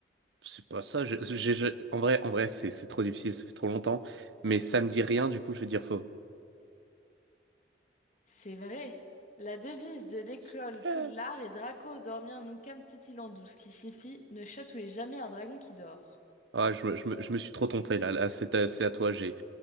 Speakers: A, on the right; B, on the left.
A: C'est pas ça, je- j'ai- j'ai- en vrai en vrai c'est c'est trop difficile, ça fait trop longtemps, mais ça me dit rien du coup, je vais dire faux.
B: C'est vrai. La devise de l'école
A: Super.
B: Poudlard est Draco dormir nunquam titilandus, ce qui signifie ne chatouillez jamais un dragon qui dort.
A: Ah, je me, je me- je me suis trop trompé là. Là, c'est à, c'est à toi. J'ai,